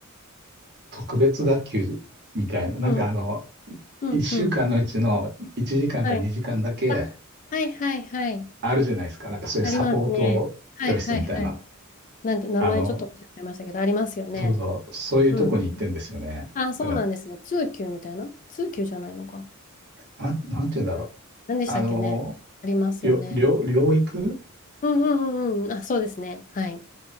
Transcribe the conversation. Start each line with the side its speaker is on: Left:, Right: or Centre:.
Right: 特別学級みたいな、なんかあの、
Left: うん、うん、
Right: 1週間のうちの1時間か2時間だけ
Left: うん。はい。あ、はいはいはい。
Right: あるじゃないですか。なんかそういうサポート教室みたいな。
Left: ありますね。はいはいはい。なんて、名前ちょっと忘れてましたけど、
Right: あの、
Left: ありますよね。
Right: そうそう、そういうとこに行ってんですよね。
Left: うん。あ、そうなんですね。
Right: だから、
Left: 通級みたいな通級じゃないのか。
Right: なん、なんて言うんだろう。
Left: 何でしたっけね。
Right: あの、
Left: ありますよね。
Right: りょ、りょ、療育
Left: うんうんうんうん。あ、そうですね。はい。